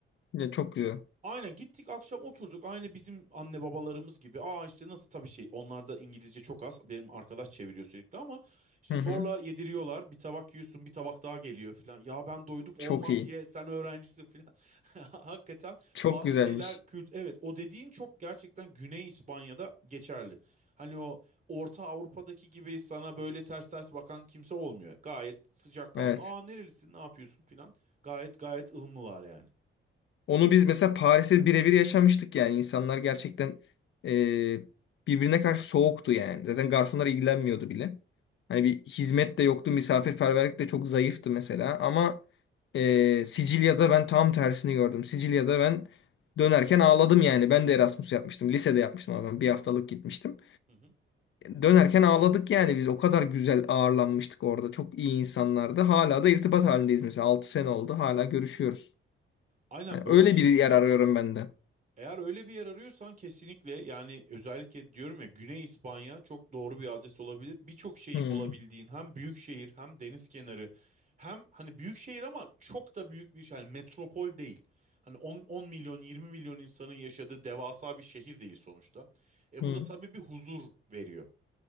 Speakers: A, on the left; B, on the right.
A: Ya çok güzel.
B: Aynen gittik akşam oturduk aynı bizim anne babalarımız gibi. Aa işte nasıl tabii şey onlarda İngilizce çok az. Benim arkadaş çeviriyor sürekli ama işte
A: Hı
B: zorla
A: hı.
B: yediriyorlar. Bir tabak yiyorsun bir tabak daha geliyor falan. Ya ben doydum olmaz
A: Çok iyi.
B: ye sen öğrencisin falan. <laughs> Hakikaten
A: Çok
B: bazı
A: güzelmiş.
B: şeyler kült evet o dediğin çok gerçekten Güney İspanya'da geçerli. Hani o Orta Avrupa'daki gibi sana böyle ters ters bakan kimse olmuyor. Gayet sıcakkanlı.
A: Evet.
B: Aa nerelisin ne yapıyorsun falan. Gayet gayet ılımlılar yani.
A: Onu biz mesela Paris'te birebir yaşamıştık yani. İnsanlar gerçekten e, birbirine karşı soğuktu yani. Zaten garsonlar ilgilenmiyordu bile. Hani bir hizmet de yoktu, misafirperverlik de çok zayıftı mesela. Ama e, Sicilya'da ben tam tersini gördüm. Sicilya'da ben dönerken ağladım yani. Ben de Erasmus yapmıştım. Lisede yapmıştım ama ben bir haftalık gitmiştim.
B: Hı hı.
A: Dönerken ağladık yani biz. O kadar güzel ağırlanmıştık orada. Çok iyi insanlardı. Hala da irtibat halindeyiz mesela. altı sene oldu. Hala görüşüyoruz.
B: Aynen
A: Yani
B: böyle
A: öyle bir yer arıyorum ben de.
B: Eğer öyle bir yer arıyorsan kesinlikle yani özellikle diyorum ya Güney İspanya çok doğru bir adres olabilir. Birçok şeyi
A: Hmm,
B: bulabildiğin hem büyük şehir hem deniz kenarı hem hani büyük şehir ama çok da büyük bir şey, yani metropol değil. Hani 10, 10 milyon 20 milyon insanın yaşadığı devasa bir şehir değil sonuçta. E
A: hmm,
B: bu da tabii bir huzur veriyor